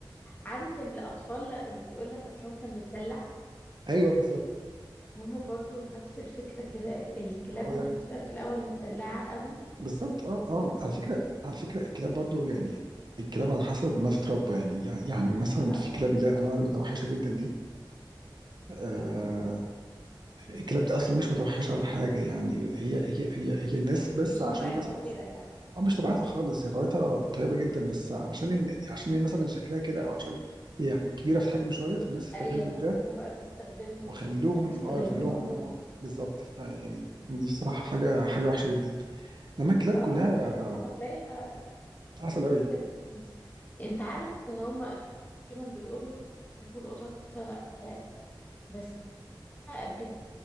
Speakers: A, on the left; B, on the right.
A: عارف الأطفال اللي بيقول لك أصل هو كان متدلع
B: ايوه بالظبط
A: هما برضو نفس الفكرة كده الكلاب
B: هو ده
A: لما بتبقى في الأول متدلعة قوي
B: بالظبط اه اه
A: و...
B: على فكره على فكره الكلاب برضه يعني الكلاب على حسب ما تتربى يعني يعني مثلا
A: أو
B: في كلاب اللي هي الانواع المتوحشه جدا دي آه، الكلاب دي اصلا مش متوحشه ولا حاجه يعني هي هي هي هي الناس بس
A: مش
B: عشان
A: طبيعتها
B: مثلا
A: كده يعني
B: اه مش طبيعتها خالص هي طبيعتها طيبه جدا بس عشان إن عشان هي مثلا شكلها كده او عشان هي كبيره في الحجم شويه فالناس استغلت
A: أيوه
B: ده
A: هما بقى بيستخدموا
B: وخلوهم
A: وبيستغلوه
B: اه خلوهم ان هو بالظبط فيعني دي صراحه حاجه حاجه وحشه جدا انما الكلاب
A: أه
B: كلها
A: أه ولا
B: عسل قوي
A: أكل فلوس. أنت عارف إن هما دايما بيقولوا بيحبوا القطط آه، بس قبل